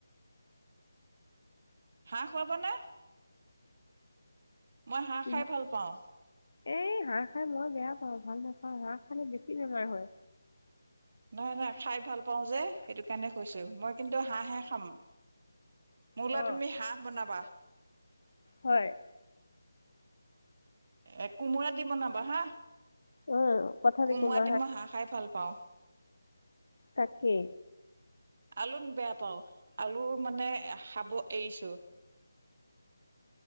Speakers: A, on the right; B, on the left.
A: হাঁহ খুৱাবা নে? মই হাঁহ
B: কিহত?
A: খাই ভাল পাওঁ।
B: এই হাঁহ খাই মই বেয়া পাওঁ। ভাল নাপাওঁ। হাঁহ খালে বেছি বেমাৰ হয়।
A: নহয় - নহয়। খাই ভাল পাওঁ যে, সেইটো কাৰণে কৈছোঁ। মই কিন্তু হাঁহ হে খাম। মোলৈ
B: অ',
A: তুমি হাঁহ বনাবা।
B: হয়।
A: এ কোমোৰা দি বনাবা হা।
B: উম, পথালি
A: কোমোৰা
B: কুমাৰ
A: দি মই হাঁহ খাই ভাল পাওঁ।
B: তাকে।
A: আলুন বেয়া পাওঁ। আলুৰ মানে এ খাব এৰিছোঁ। <inaudible>